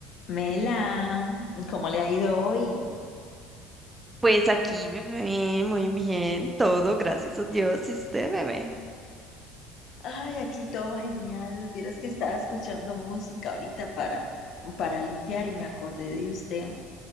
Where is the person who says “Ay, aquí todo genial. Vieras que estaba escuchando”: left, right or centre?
Left